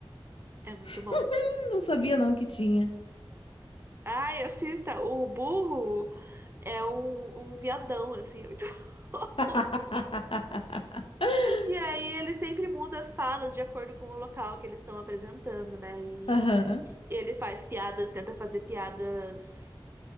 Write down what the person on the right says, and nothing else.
É muito
bom.
Ai, assista, o burro é um, um viadão, assim, é muito <laughs>
E aí ele sempre muda as falas de acordo com o local que eles estão apresentando, né? E
ele faz piadas, tenta fazer piadas,